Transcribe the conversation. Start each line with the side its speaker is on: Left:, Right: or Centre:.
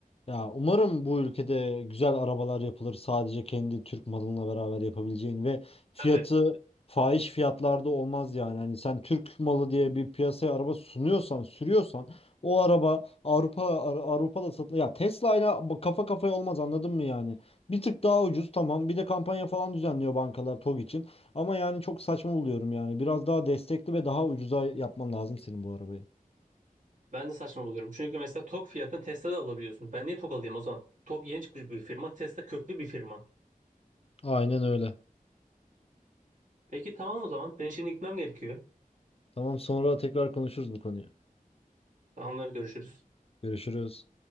Left: Ya umarım bu ülkede güzel arabalar yapılır sadece kendi Türk malınla beraber yapabileceğin ve fiyatı
Right: Tabii.
Left: fahiş fiyatlarda olmaz yani. Hani sen Türk malı diye bir piyasaya araba sunuyorsan, sürüyorsan o araba Avrupa Ar- Avrupa'da satılır. Ya Tesla ile kafa kafaya olmaz anladın mı yani? Bir tık daha ucuz tamam. Bir de kampanya falan düzenliyor bankalar TOG için. Ama yani çok saçma buluyorum yani. Biraz daha destekli ve daha ucuza yapman lazım senin bu arabayı.
Right: Ben de saçma buluyorum. Çünkü mesela TOG fiyatını Tesla'da alabiliyorsun. Ben niye TOG alayım o zaman? TOG yeni çıkmış bir firma. Tesla köklü bir firma.
Left: Aynen öyle.
Right: Peki tamam o zaman. Ben şimdi gitmem gerekiyor.
Left: Tamam sonra tekrar konuşuruz bu konuyu.
Right: Tamamlar görüşürüz.
Left: Görüşürüz.